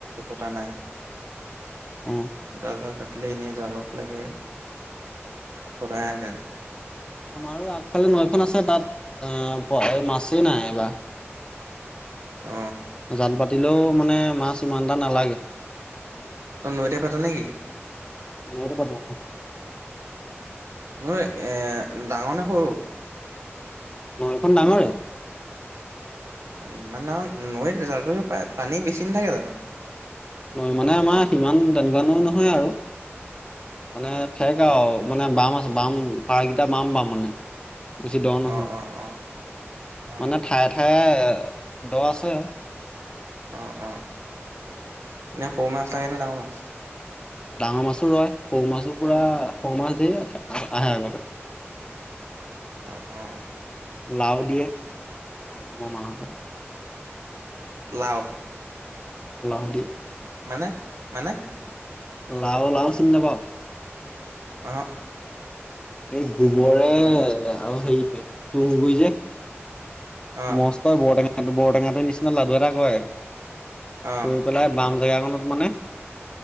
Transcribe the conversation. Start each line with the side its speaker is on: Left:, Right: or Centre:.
Right: পতা নাই।
Left: অ
Right: ভাল, ভাল। এনে জালত লাগে। সদায় সদায় লাগে।
Left: আমাৰো আগফালে নৈখন আছে। তাত অ' প মাছেই নাই এইবাৰ।
Right: অ
Left: জাল পাত- আৰু মানে মাছ ইমানটা নালাগে।
Right: নৈতে পাতা নেকি?
Left: নৈৰ কথা
Right: নৈ এ ডাঙৰ না সৰু
Left: নৈখন ডাঙৰে।
Right: ইমান ডাঙৰ নৈত জাল পাতিব পাৰে। পানী বেছি নাথাকে জানো?
Left: নৈ মানে আমাৰ সিমান তেনেকুৱা নৈ নহয় আৰু। মানে ঠেক আৰু মানে বাম আছে বাম পাৰকেইটা বাম বাম মানে। বেছি দ নহয়।
Right: অ অ অ অ
Left: মানে ঠায়ে ঠায়ে দ' আছে
Right: অ, অ'। ইনে সৰু মাছ লগে নে ডাঙৰ মাছ?
Left: ডাঙৰ মাছো লয়। সৰু মাছো পুৰা সৰু মাছ ধেৰ আহে আগতে।
Right: অ, অ'।
Left: লাও দিয়ে আমাৰ মা হতে।
Right: লও
Left: লাও দিয়ে।
Right: মানে, মানে?
Left: লাও, লাও চিনি নাপাঅ?
Right: অহ।
Left: এই গোবৰে আৰু হেৰিটোৱে তুঁহগুৰি যে
Right: অ অ
Left: মস্ত বৰ টেঙা বৰটেঙাটোৰ নিচিনা লাডু এটা কৰে
Right: অ
Left: কৰী পেলাই বাম জেগাকনত মানে